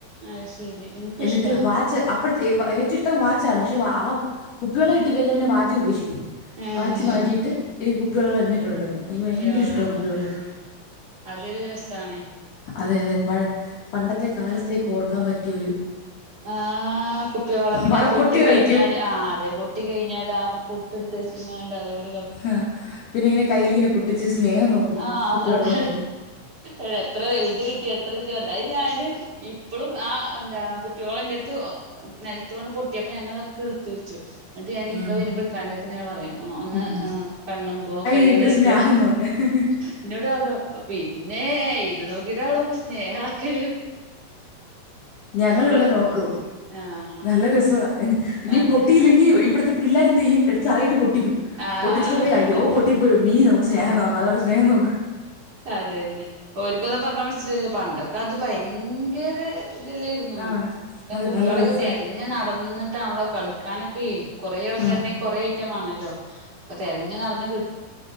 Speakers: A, on the right; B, on the left.
A: അത് ശരി ഇൻക്കും
B: എന്നിട്ട്
A: ഇഷ്ടാ
B: വാച്ച അപ്പോ ഏവും ഇഷ്ടം വാച്ചായ്ർന്ന് പക്ഷേ ആ കുപ്പിവള കിട്ടിക്കഴിഞ്ഞാൽ പിന്നെ വാച്ച് ഉപേക്ഷിക്കും
A: ഏഹ്
B: വാച്ച് മാറ്റിയിട്ട് ഈ കുപ്പിവളകൾതന്നെ ഇട്ട് നടക്കും എനിക്ക്
A: കുപ്പിവള
B: ഭയങ്കര ഇഷ്ടമാണ്
A: ഇടും
B: കുപ്പിവെള്ളം
A: അതന്നെ അതൊരു രസണ്
B: അതെ അതെ പഴെ പണ്ടത്തെ കാലത്തേക്ക് ഓർക്കാൻ പറ്റിയൊരു
A: ആഹ് കുപ്പ വള പിന്നെ
B: വളപ്പൊട്ട്
A: അത് പൊട്ടി
B: കളിക്കും
A: കഴിഞ്ഞാല് ആഹ് അതെ പൊട്ടിക്കഴിഞ്ഞാല് ആ പൊ ട്ട് എട്ത്തെച്ചുങ്ങാണ്ട് അതൊണ്ട്
B: ആഹ് പിന്നെ ഇങ്ങനെ കയ്യിലിങ്ങനെ പൊട്ടിച്ച് സ്നേഹം നോക്കും
A: ആഹ്
B: കുപ്പിവെള്ളം
A: അതെ
B: കൊണ്ട്
A: അതെ എത്ര വലുത് കിട്ടി എത്ര ചെറുത് കിട്ടി അത് ഞാനും ഇപ് ഇപ്പളും ആ എന്താ കുപ്പിവള ഇന്റടുത്ത് നിലത്ത് വീണ് പൊട്ടിയപ്പോം ഞാനതൊക്കെ എടുത്ത് വെച്ചു എന്നിട്ട് ഞാന്
B: ഉം,
A: ഇക്ക വരുമ്പോ ഇക്കാന്റെ അടുത്ത് ഇങ്ങനെ പറയും ഒന്ന്
B: ഉം.
A: കണ്ണുമ്പോ കൈ
B: നീട്ടും
A: നീട്ടോ
B: സ്നേഹം നോക്കാൻ
A: ഇന്നോട് പറഞ്ഞു പിന്നെ ഇത് നോക്കിട്ടാണല്ലോ ഇപ്പൊ സ്നേഹ അളക്
B: ഞങ്ങളിവിടെ
A: വെറുതെ
B: നോക്കും
A: ആഹ്
B: നല്ല രസവാ ഇനി
A: അതെ
B: പൊട്ടിയില്ലെങ്കി ഇവിടത്തെ പിള്ളേർ എന്ത്‌ ചെയ്യും എടുത്ത് തറയേൽട്ട് പൊട്ടിക്കും
A: ആഹ്
B: പൊട്ടിചിട്ട് പറയും അയ്യോ പൊട്ടി പ്പോയി മമ്മീ നമുക്ക് സ്നേഹ നോക്കാം പറഞ്ഞു സ്നേഹം നോക്കും
A: അതന്നെ ഓൽക്കൊന്നു പറഞ്ഞാ മനസിലാവൂല്ല പണ്ടൊക്കെ അത് ഭയങ്കര ഇതെല്ലേരുന്നു
B: ആഹ്
A: പിന്ന
B: അതെ
A: കുപ്പിവളൊക്കെ
B: നല്ല രസവാ
A: തെരഞ്ഞു നടന്നിട്ടാണല്ലോ കളിക്കാനൊക്കെ കുറേ ആൾ
B: ആഹ്
A: കുറേ ഐറ്റം വാണല്ലോ അപ്പ തെരഞ് നടന്ന് കി